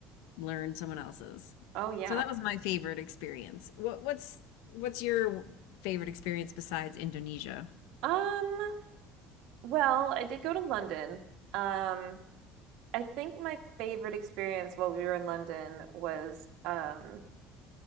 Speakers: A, on the left (about 85°); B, on the right (about 70°).
A: learn someone else's.
B: Oh yeah.
A: So that was my favorite experience. What what's what's your favorite experience besides Indonesia?
B: Um, well, I did go to London. Um, I think my favorite experience while we were in London was um